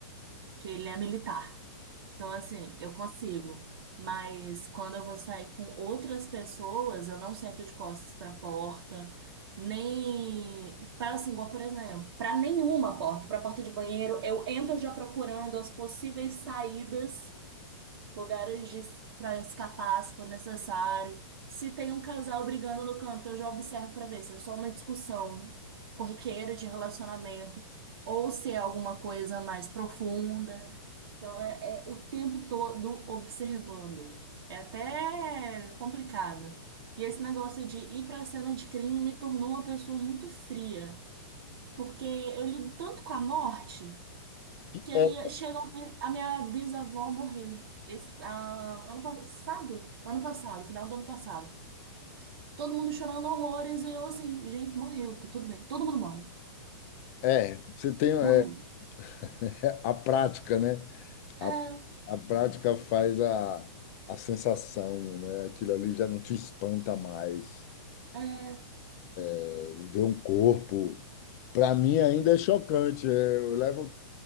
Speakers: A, on the right (about 60°); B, on the left (about 40°).
A: que ele é militar. Então, assim, eu consigo. Mas quando eu vou sair com outras pessoas, eu não sento de costas para a porta, nem para assim, igual, por exemplo, para nenhuma porta, para a porta de banheiro, eu entro já procurando as possíveis saídas lugares de para escapar se for necessário. Se tem um casal brigando no canto, eu já observo para ver se é só uma discussão corriqueira de relacionamento ou se é alguma coisa mais profunda. Então é, é o tempo todo observando. É até complicado. E esse negócio de ir para a cena de crime me tornou uma pessoa muito fria, porque eu lido tanto com a morte. Que
B: É,
A: aí chega alguém, a minha bisavó morreu. Esse, a- ano passado? Ano passado, final do ano passado. Todo mundo chorando horrores e eu assim, gente, morreu, tá tudo bem. Todo mundo morre.
B: é, você tem é,
A: Morreu.
B: <laughs> a prática, né? A,
A: É,
B: a prática faz a, a sensação, né? Aquilo ali já não te espanta mais.
A: é.
B: É, Ver um corpo, para mim ainda é chocante. É, Eu levo